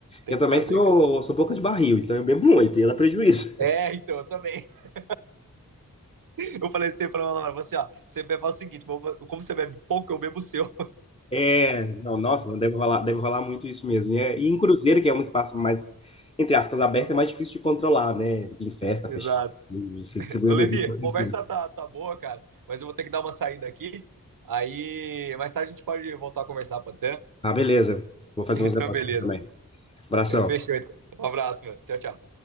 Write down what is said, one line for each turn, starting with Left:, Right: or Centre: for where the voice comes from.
Right: tem
Left: Eu
Right: que
Left: também
Right: fazer,
Left: sou,
Right: cara.
Left: sou boca de barril, então eu bebo muito, e dá prejuízo.
Right: É, então, eu também. <laughs> Eu falei assim pra ela, assim, ó, você bebe, faz o seguinte, como você bebe pouco, eu bebo o seu.
Left: É, não, nossa, não deve rolar, deve rolar muito isso mesmo. E, é- e em cruzeiro, que é um espaço mais, entre aspas, aberto, é mais difícil de controlar, né? Do que em festa,
Right: <laughs> Exato.
Left: fechar. Você distribui
Right: Ô,
Left: a
Right: Levi,
Left: bebida pra
Right: a
Left: você.
Right: conversa tá, tá boa, cara, mas eu vou ter que dar uma saída aqui. Aí, mais tarde a gente pode voltar a conversar, pode ser? <laughs>
Left: Ah, beleza. Vou fazer
Right: Então,
Left: uns negócios
Right: beleza.
Left: aqui também. Abração.
Right: Fechou. então. Um abraço, mano. Tchau, tchau.